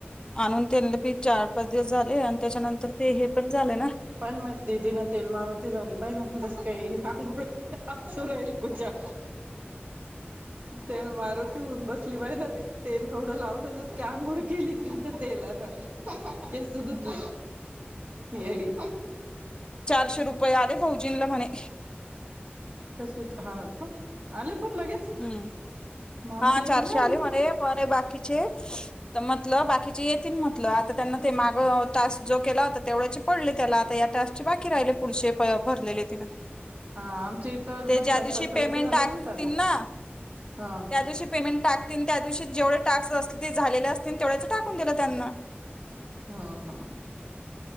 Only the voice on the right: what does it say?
पण मग दिदीन तेल मारुती झाली पाहिजे ना म्हणजस काही आंघोळी राहिली कुच्या ल मारुती होऊन बसली बाहि ना ते तेल एवढं लावलं जस आंगुळ केली तन तर तेलान केस धुतले येडी.
कशाचे हा का आले. पण लगेच
मग आमच्या
इथं
नाही
हा आमच्या इथं
माझ्या
सासू सासऱ्यांचे
झाले
का म्हणत आले
हा
हा हा हा.